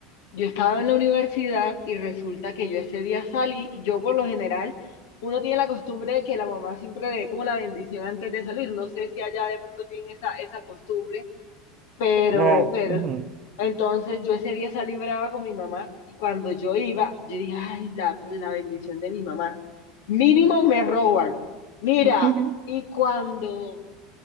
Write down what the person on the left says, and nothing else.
yo estaba en la universidad y resulta que yo ese día salí, yo por lo general, uno tiene la costumbre de que la mamá siempre le dé como la bendición antes de salir, no sé si allá de pronto tienen esa, esa costumbre, pero,
pero,
entonces yo ese día salí brava con mi mamá y cuando yo iba, yo dije, ay, la, la bendición de mi mamá, mínimo me roban, mira,
y cuando...